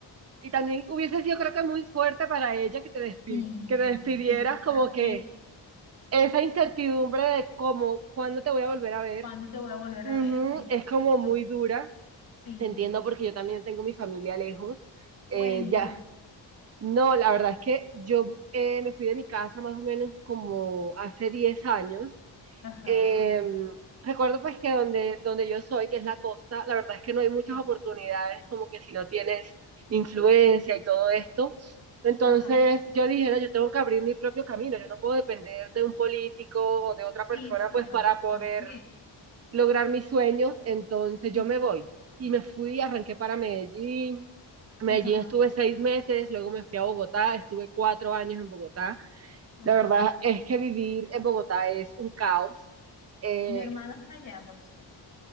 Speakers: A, on the right (about 35°); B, on the left (about 50°).
A: y también hubiese sido creo que muy fuerte para ella que te despi-
B: y,
A: que te despidieras
B: y-
A: como
B: ah,
A: que
B: ¿qué?
A: esa incertidumbre de cómo, cuándo te voy a volver a ver,
B: ¿cuándo te voy a volver
A: ujú,
B: a ver? Exactamente.
A: es como muy dura.
B: Sí,
A: Te entiendo porque yo también tengo mi familia lejos. Eh,
B: cuenta.
A: ya, no, la verdad es que yo eh, me fui de mi casa más o menos como hace diez años
B: Ajá.
A: eh, recuerdo pues que donde, donde yo soy, que es la costa, la verdad es que no hay muchas
B: ¿qué?
A: oportunidades, como que si no tienes influencia y todo esto. Entonces
B: Ajá.
A: yo dije, "No, yo tengo que abrir mi propio camino, yo no puedo depender de un político o de otra persona
B: Sí, señor.
A: pues para poder
B: Así es.
A: lograr mis sueños, entonces
B: Ujú.
A: yo me voy. Y me fui, arranqué para Medellín. Medellín
B: Ajá,
A: estuve seis meses, luego me fui a Bogotá, estuve cuatro años en Bogotá.
B: ajá.
A: La verdad es que vivir en Bogotá es un caos. Eh,
B: Mi hermano está allá, por cierto.